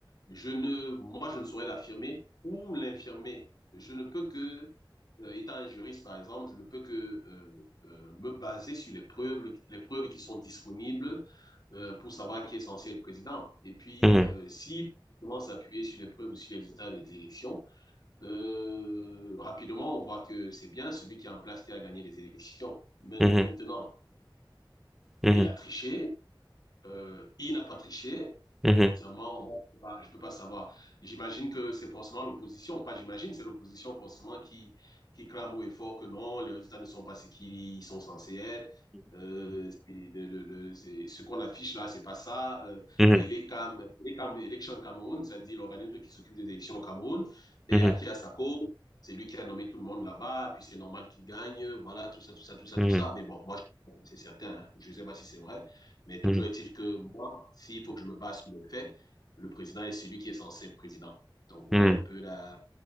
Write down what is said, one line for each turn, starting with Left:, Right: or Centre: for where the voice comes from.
Left: je ne, moi, je ne saurais l'affirmer ou l'infirmer. Je ne peux que, euh, étant un juriste, par exemple, je ne peux que euh, euh, me baser sur les preuves, les preuves qui sont disponibles euh, pour savoir qui est censé être président. Et puis,
Centre: Mhm.
Left: euh, si on commence à s'appuyer sur les preuves ou sur les résultats des élections, euh, rapidement, on voit que c'est bien celui qui est en place qui a gagné les élections. Maintenant,
Centre: Mhm. Mhm.
Left: il a triché, euh, il n'a pas triché.
Centre: Mhm.
Left: Sincèrement, moi, je ne peux pas, je peux pas savoir. J'imagine que c'est forcément l'opposition. Pas j'imagine, c'est l'opposition forcément qui, qui clame haut et fort que non, les résultats ne sont pas ce qu'ils sont censés être. Euh, c'est- le- le- le- c'est- ce qu'on affiche là, c'est pas ça. Euh,
Centre: Mhm.
Left: et les CAM, les CAM, Election Cameroun, c'est-à-dire l'organisme qui s'occupe des élections au Cameroun, et
Centre: Mhm.
Left: à qui a sa cause. C'est lui qui a nommé tout le monde là-bas, puis c'est normal qu'il gagne. Voilà, tout ça, tout ça, tout ça,
Centre: Mhm.
Left: tout ça. Mais bon, moi, je- c'est certain, hein. Je sais pas si c'est vrai. Mais toujours
Centre: Mhm.
Left: est-il que moi, s'il faut que je me base sur les faits, le président est celui qui est censé être président. Donc voilà
Centre: Mhm. Mhm.
Left: un peu la,